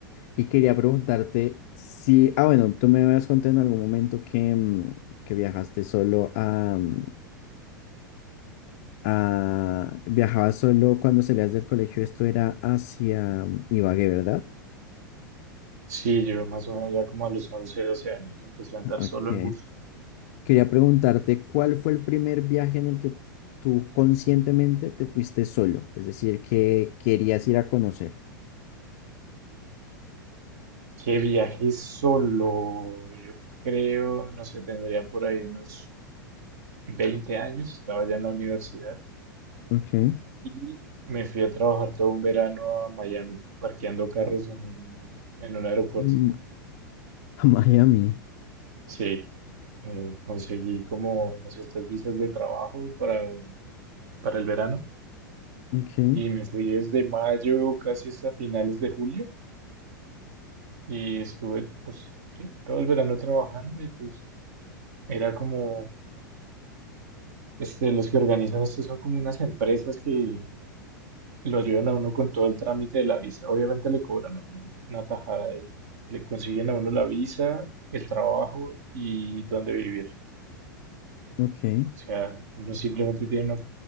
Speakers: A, on the left; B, on the right.
A: Y quería preguntarte si, ah bueno, tú me habías contado en algún momento que, mm, que viajaste solo a, mm, a, viajabas solo cuando salías del colegio, esto era hacia mm, Ibagué, ¿verdad?
B: Sí, yo más o menos ya como a los 11, 12 años empecé a andar
A: Ok.
B: solo en bus.
A: Quería preguntarte, ¿cuál fue el primer viaje en el que tú conscientemente te fuiste solo? Es decir, que querías ir a conocer.
B: Que viajé solo, yo creo, no sé, tendría por ahí unos 20 años, estaba ya en la universidad
A: okay
B: y me fui a trabajar todo un verano a Miami, parqueando carros en un, en un aeropuerto.
A: Mm, A Miami.
B: Sí, eh, conseguí como, no sé, estas visas de trabajo para, para el verano
A: okay
B: y me fui desde mayo casi hasta finales de julio. Y estuve, pues, sí, todo el verano trabajando y pues era como, este, los que organizan esto son como unas empresas que lo ayudan a uno con todo el trámite de la visa. Obviamente le cobran a uno una tajada y le consiguen a uno la visa, el trabajo y dónde vivir.
A: okay
B: O sea, uno simplemente tiene, uno,